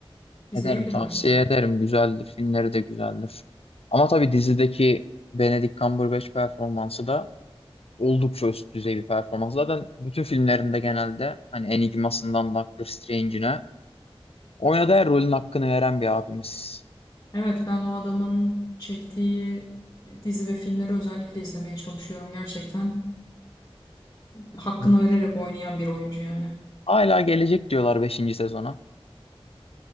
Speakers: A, on the left (about 40°); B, on the left (about 75°).
A: izleyebilirim
B: Ederim tavsiye
A: belki.
B: ederim. Güzeldir. Filmleri de güzeldir. Ama tabii dizideki Benedict Cumberbatch performansı da oldukça üst düzey bir performans. Zaten bütün filmlerinde genelde hani Enigmas'ından Doctor Strange'ine oynadığı her rolün hakkını veren bir abimiz.
A: Evet ben o adamın çektiği dizi ve filmleri özellikle izlemeye çalışıyorum gerçekten. Hakkını
B: Hı.
A: vererek oynayan bir oyuncu yani.
B: Hala gelecek diyorlar beşinci sezona.